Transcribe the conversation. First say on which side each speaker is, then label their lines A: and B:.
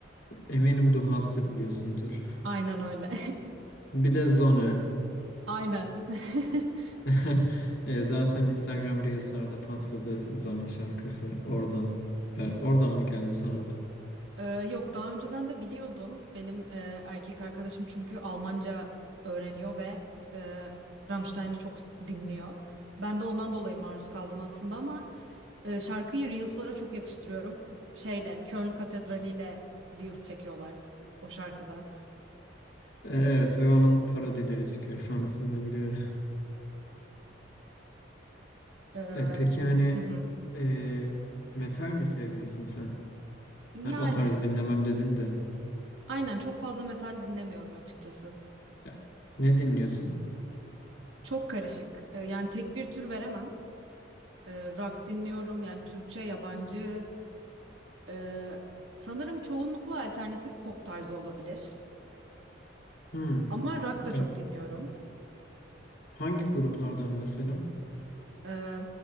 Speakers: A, on the left; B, on the right.
A: Eminim Du Hast biliyorsundur.
B: Aynen öyle.
A: Bir de Zone.
B: <laughs> Aynen. <laughs>
A: <laughs> E, zaten Instagram Reels'larda patladı Zone şarkısı oradan. Ben- Oradan mı geldi sana da?
B: Ee, yok daha önceden de biliyordum. Benim e, erkek arkadaşım çünkü Almanca öğreniyor ve e, Rammstein'i çok dinliyor. Ben de ondan dolayı maruz kaldım aslında ama e, şarkıyı Reels'lara çok yakıştırıyorum. Şeyle, Köln Katedrali ile Reels çekiyorlar o şarkıda.
A: E, evet ve onun parodileri çıkıyor sonrasında biliyorum. <laughs>
B: Ee,
A: E, peki hani
B: hı hı.
A: e, metal mi sevmiyorsun sen?
B: Yani
A: Ha, o tarz dinlemem dedin de.
B: aynen çok fazla metal dinlemiyorum açıkçası.
A: Ya, ne dinliyorsun?
B: Çok karışık. Ee, yani tek bir tür veremem. Ee, rock dinliyorum yani Türkçe, yabancı. Ee, sanırım çoğunlukla alternatif pop tarzı olabilir.
A: Hmm.
B: Ama rock
A: Ya,
B: da
A: e,
B: çok dinliyorum.
A: hangi gruplardan mesela?
B: Ee,